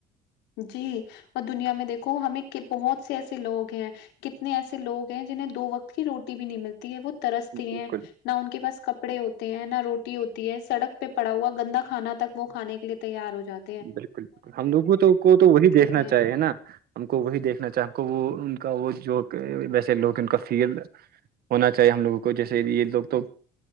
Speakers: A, on the left; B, on the right.
A: جی اور دنیا میں دیکو ہمیں بہت سے ایسے لوگ ہیں کتنے ایسے لوگ ہیں جنہیں دو وقت کی روٹی بھی نہیں ملتی ہے وہ ترستے
B: بالکل
A: ہیں نہ ان کے پاس کپڑے ہوتے ہیں نہ روٹی ہوتی ہے سڑک پہ پڑا ہوا گندا کھانا تک وہ کھانے کے لیے تیار ہو جاتا
B: بالکل بالکل ہم لوگوں کو تو وہی
A: دیتے
B: دیکھنا
A: ہیں
B: چاہیے <unintelligible> نا ہم کو وہی دیکھنا چاہے ہم کو وہ ان کا وہ جو ویسے لوگ ان کا فیل <unintelligible> ہونا چاہیے ہم لوگوں کو جیسے یہ لوگ تو